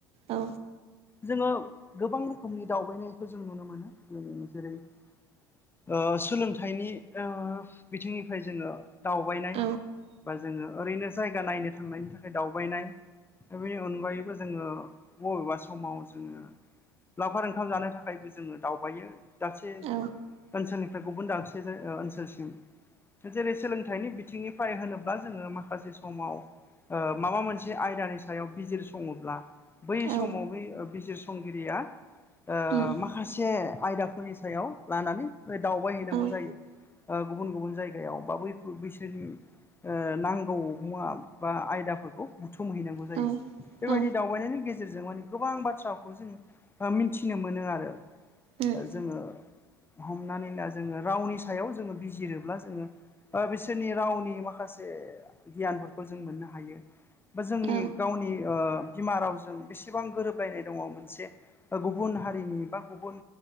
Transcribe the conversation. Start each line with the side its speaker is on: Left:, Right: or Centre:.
Right: औ
Left: जोङो गोबां रोखोमनि दावबायनायखौ जों नुनो मोनो जों जेरै ओ सोलोंथाइनि ओ बिथिंनिफ्राय जोङो दावबायनाय
Right: औ
Left: बा जोङो ओरैनो जायगा नायनो थांनायनि थाखाय दावबायनाय दा बेनि अनगायैबो जोङो बबेबा समाव जोङो लावखार ओंखाम जानो थाखायबो जोङो दावबायो दाबसे
Right: औ
Left: ओनसोलनिफ्राय गुबुन दाबसे जायगा ओनसोलसिम जेरै सोलोंथाइनि बिथिंनिफ्राय होनोब्ला जोङो माखासे समाव ओ माबा मोनसे आयदानि सायाव बिजिर सङोब्ला बै
Right: औ
Left: समाव बै बिजिरसंगिरिया ओ
Right: उम
Left: माखासे आयदाफोरनि सायाव लानानै दावबाय हैनांगौ
Right: औ उम
Left: जायो ओ गुबुन गुबुन जायगायाव बै फु बिसोरनि ओ नांगौ मुवा बा आयदाफोरखौ संहैनांगौ जायो
Right: औ
Left: बेबायदि
Right: औ
Left: दावबायनायनि गे गेजेरजों मान गोबां बाथ्राखौ जों ओ मिथिनो मोनो आरो
Right: उम
Left: जोङो हमनानै ला जोङो रावनि सायाव जोङो बिजिरोब्ला जोङो बा बिसोरनि रावनि माखासे गियानफोरखौ जों मोननो हायो बा जोंनि
Right: औ
Left: गावनि ओ बिमा रावजों बेसेबां गोरोबलायनाय दङ मोनसे गुबुन हारिनि बा गुबुन